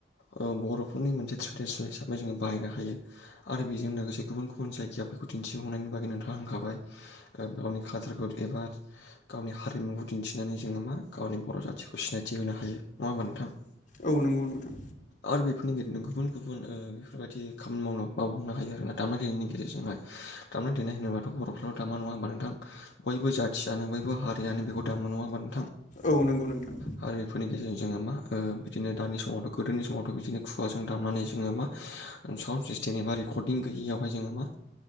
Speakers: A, on the left; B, on the left.
A: ओ बर' फोरनि मोनसे ट्रेडिसन हिसाबै जोङो बायनो हायो आरो बेजों लोगोसे गुबुन गुबुन जायगाया बेखौ दिन्थिफुंनायनि बागै नोंथाङा हांखाबाय गावनि काल्चारखौ एबा गावनि हारिमुखौ दिन्थिनानै जोङो मा गावनि बर' जाथिखौ सिनायथि होनो हायो नङा होमबा नोंथां?
B: औ नंगौ नोंथां
A: आरो बेफोरनि गेजेरजों गुबुन गुबुन गुबुन ओ बेफोरबायदि खामानि मावनो मावहावनो हायो आरोना दामनाय देनायनि गेजेरजोंहाय दामनाय देनाय होनोबाथ' बर'फ्राल' दामा नङा होमबा नोंथां बयबो जाथियानो बयबो हारियानो बेखौ दामो नङा होमबा नोंथां?
B: औ नंगौ नोंथां।
A: आरो बेफोरनि गेजेरजों जोङो मा बिदिनो दानि समावथ' गोदोनि समावथ' बिदिनो खुगाजों दामनानै जोङो मा साउन्ड सिस्टेम एबा रेकर्डदिं गैयियावहाय जोङो मा